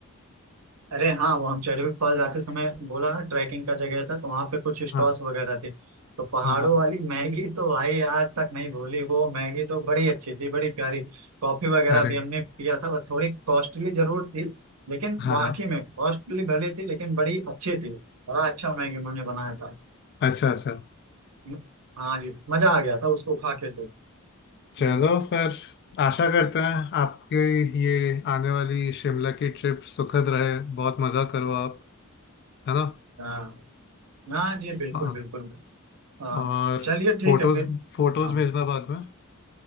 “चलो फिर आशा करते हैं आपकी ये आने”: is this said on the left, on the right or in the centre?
Left